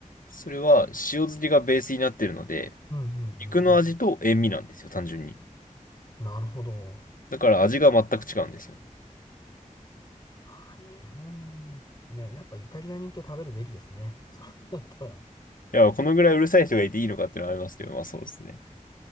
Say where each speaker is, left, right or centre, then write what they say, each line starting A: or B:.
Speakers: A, on the left; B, on the left.
A: それは塩漬けがベースになってるので、
B: うん、うん、うん。
A: 肉の味と塩味なんですよ、
B: うん
A: 単純に。
B: なるほど。
A: だから味が全く違うんですよ。
B: あー日本、いや、やっぱイタリアに行って食べるべきですね。そうだったら。
A: いや、このぐらいうるさい人がいていいのかっていうのはありますけど、まあそうですね。